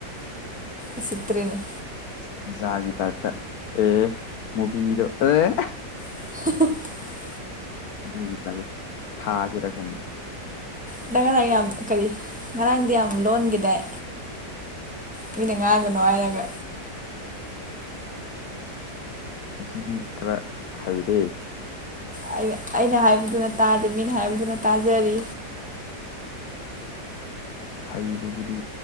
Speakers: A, in the centre; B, on the left.
A: ꯎꯁꯤꯠꯇꯔ꯭ꯤꯅꯤ꯫
B: ꯄꯤꯖꯥꯒꯤ ꯇꯥꯏꯞꯇ ꯑꯦ ꯃꯨꯕꯤꯗꯣ ꯑꯦ ꯑꯦꯍ꯫
A: <inaudible>
B: ꯑꯗꯨꯒꯤꯇꯛ ꯊꯥꯁꯤꯔ ꯈꯟꯗꯦ
A: ꯑꯗꯪ ꯉꯔꯥꯡ ꯌꯥꯝ ꯀꯔꯤ ꯉꯔꯥꯡꯗꯤ ꯌꯥꯝ ꯂꯣꯟꯒꯦꯗꯥꯏ ꯀꯅ ꯉꯥꯡꯒꯅꯨ ꯍꯥꯏꯔꯒ
B: ꯉꯁꯤꯗꯤ ꯈꯔꯥ ꯍꯩꯔꯦ꯫
A: ꯑ ꯑꯩꯅ ꯍꯥꯏꯕꯗꯨꯅ ꯇꯥꯗꯦ ꯃꯤꯅ ꯍꯥꯏꯕꯗꯨꯅ ꯇꯥꯖꯔꯤ
B: ꯍꯩꯕꯕꯨꯗꯤ